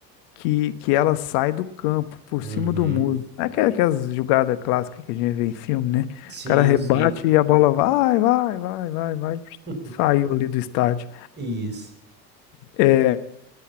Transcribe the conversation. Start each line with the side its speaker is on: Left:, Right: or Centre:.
Left: que, que ela sai do campo, por
Right: Uhum.
Left: cima do muro. É aquela- aquelas jogadas clássicas que a gente vê em filme, né?
Right: Sim,
Left: O cara rebate
Right: sim.
Left: e a bola vai, vai, vai, vai, vai.
Right: <laughs>
Left: Saiu ali do estádio.
Right: Isso.
Left: É,